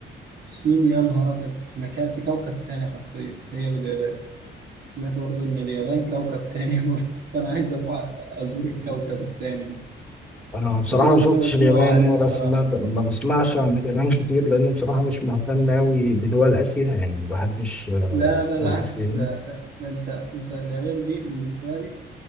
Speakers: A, on the right; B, in the centre.
A: الصين يا نهار أبيض في مكان في كوكب تاني حرفيا هي واليابان سمعت برضه إن اليابان كوكب تاني <laughs> برضه فأنا عايز أبقى أزور الكوكب التاني
B: انا بصراحه
A: ده من اللي
B: ما شفتش
A: أنا بسمعه
B: اليابان
A: عليه الصراحة
B: ولا سمعت ما بسمعش عن اليابان كتير لان بصراحه مش مهتم قوي بدول اسيا يعني ما بحبش آه،
A: لا بالعكس
B: دول اسيا يعني
A: ده, ده, ده أنت أنت اليابان دي بالنسبة لي